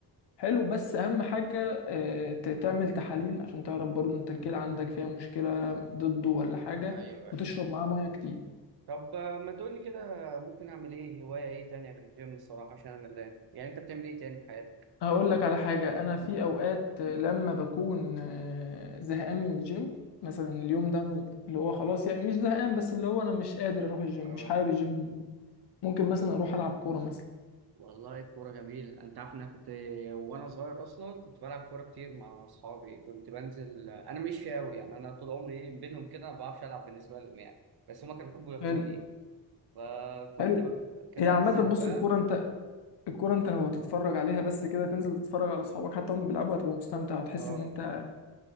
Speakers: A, on the left (about 75°); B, on the right (about 65°).
A: حلو بس اهم حاجه آه ت- تعمل تحاليل عشان تعرف برضه انت الكلى عندك فيها مشكله ضده ولا حاجه
B: ايوه
A: وتشرب معاه ميه كتير
B: طب آه، ما تقولي كده ممكن اعمل ايه هواية ايه تانية غير الجيم الصراحة عشان انا ملان يعني انت بتعمل ايه تاني في حياتك؟
A: هقول لك على حاجة أنا في أوقات لما بكون آه، زهقان من الجيم مثلا اليوم ده اللي هو خلاص يعني مش زهقان بس اللي هو أنا مش قادر أروح الجيم
B: آه
A: مش حابب الجيم ممكن مثلا أروح ألعب كورة مثلا
B: والله الكورة جميل أنت عارف إن أنا كنت وأنا صغير أصلا كنت بلعب كورة كتير مع أصحابي كنت بنزل أنا مش أوي يعني أنا طول عمري إيه بينهم كده ما بعرفش ألعب بالنسبة لهم يعني بس هما كانوا بيحبوا ياخدوني
A: حلو
B: فكنت
A: حلو
B: ب... كنت
A: هي
B: بنزل
A: عامة بص
B: بقى
A: الكورة أنت الكورة أنت لو هتتفرج عليها بس كده تنزل تتفرج على أصحابك حتى هم بيلعبوا هتبقى مستمتع وتحس
B: آه
A: إن أنت